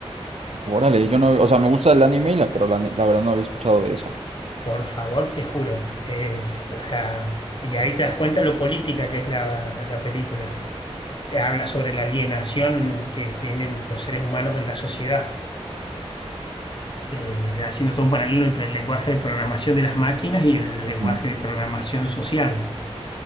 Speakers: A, on the right; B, on the left.
A: Órale, yo no, o sea, me gusta el anime, y la, pero la, ne- la verdad no había escuchado de esa.
B: Por favor, te juro. Es, o sea, y ahí te das cuenta lo política que es la, la película. que Habla sobre la alienación que tienen los seres humanos en la sociedad, eh, haciendo todo un paralelo entre el lenguaje de programación de las máquinas y el
A: Ujú.
B: lenguaje de programación social.